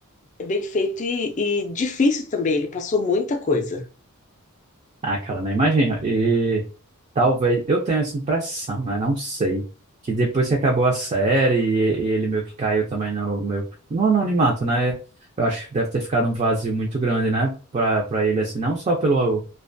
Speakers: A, on the left; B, on the right.
A: bem feito e e difícil também, ele passou muita coisa.
B: Ah, cara, nem imagino. E talvez, eu tenho essa impressão, né? Não sei. Que depois que acabou a série e, e ele meio que caiu também no meu, no anonimato, né? Eu acho que deve ter ficado um vazio muito grande, né? Pra, pra ele, assim, não só pelo,